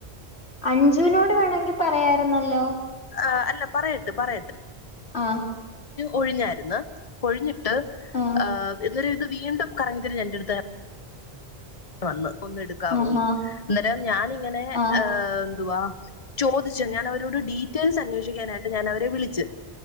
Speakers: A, on the left; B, on the left.
A: അഞ്ചുവിനോട് വേണമെങ്കിൽ പറയാരുന്നല്ലോ
B: ആ് അല്ല പറയട്ടെ പറയട്ടെ.
A: ആഹ്
B: ഒഴിഞ്ഞായിന്ന് ഒഴിഞ്ഞിട്ട്
A: ആഹ്
B: ആ എന്നരു ഇത് വീണ്ടും കറങ്ങ രഞന്റെ അടുത്ത. വന്ന് ഒന്ന എടുക്കാവുന്നു
A: ആഹാ
B: അന്നേരം ഞാനിങ്ങനെ
A: ആഹ്
B: ഏ എന്തുവാ. ചോദിച്ചു ഞാൻ അവരോട് ഡീറ്റെയിൽസ് അന്വേഷിക്കാനായിട്ട് ഞൻ അവരെ വിളിച്ച്